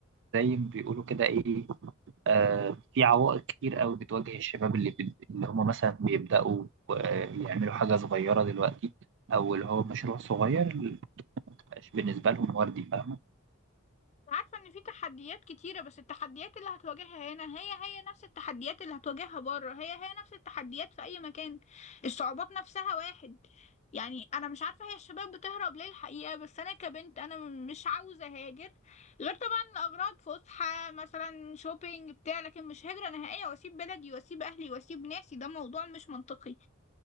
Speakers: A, on the right; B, on the left.
A: زي ما بيقولوا كده ايه آه في عوائق كتير قوي بتواجه الشباب اللي بي- اللي هم مثلا بيبداوا آه يعملوا حاجه صغيره دلوقتي او اللي هو مشروع صغير ما بتبقاش بالنسبه لهم وردي فاهمه
B: عارفة ان في تحديات كتيرة بس التحديات اللي هتواجهها هنا هي هي نفس التحديات اللي هتواجهها بره هي هي نفس التحديات في اي مكان الصعوبات نفسها واحد يعني انا مش عارفة هي الشباب بتهرب ليه الحقيقة بس انا كبنت انا م- مش عاوزة هاجر غير طبعا اغراض فسحة مثلا شوبينج بتاع لكن مش هجرة نهائية واسيب بلدي واسيب اهلي واسيب ناسي ده موضوع مش منطقي